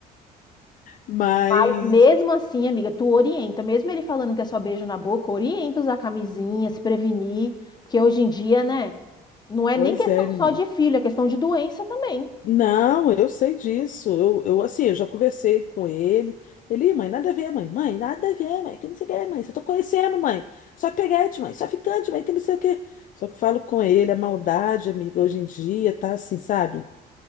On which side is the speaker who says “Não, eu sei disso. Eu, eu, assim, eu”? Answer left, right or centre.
Left